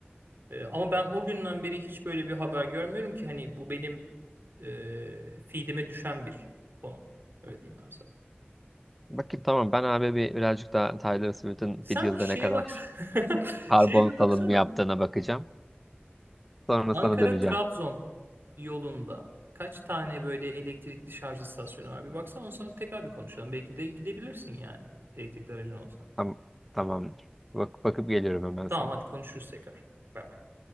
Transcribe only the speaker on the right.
E, ama ben o günden beri hiç böyle bir haber görmüyorum ki hani bu benim e, feedime düşen bir konu. Öyle diyeyim ben sana.
Sen
bir şeye
baksana. <laughs>
Şeye bir
baksana.
Ankara-Trabzon
yolunda kaç tane böyle elektrikli şarj istasyonu var? Bir baksana ondan sonra tekrar bir konuşalım. Belki de gidebilirsin yani elektrikli aracın olsa.
Tamam
hadi konuşuruz tekrar. Bay bay.